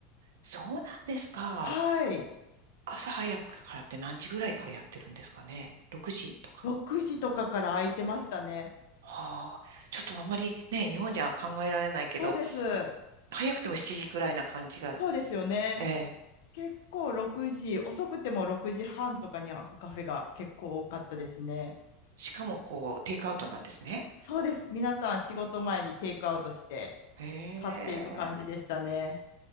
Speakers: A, on the right; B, on the left.
A: そうなんですか。
B: はい。
A: 朝早くからって何時ぐらいからやってるんですかね ?6 時とか。
B: 6時とかから空いてましたね。
A: はあ、ちょっとあんまりね、日本じゃ考えられないけど、
B: そうです。
A: 早くても7時ぐらいな感じが、
B: そうですよね。
A: ええ、
B: 結構6時、遅くても6時半とかに開くカフェが結構多かったですね。
A: しかもこう、テイクアウトなんですね。
B: そうです。皆さん仕事前にテイクアウトして
A: へえ
B: 買っていく感じでしたね。